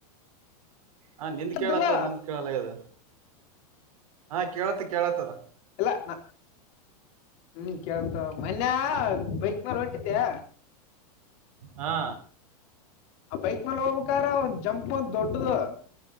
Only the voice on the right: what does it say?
ಹ ನಿಂದ
ಕೇಳತದ ನನ್ ಕೇಳಲಗದ ಹಾ ಕೇಳತ ಕೇಳತದ.
ಹಾ.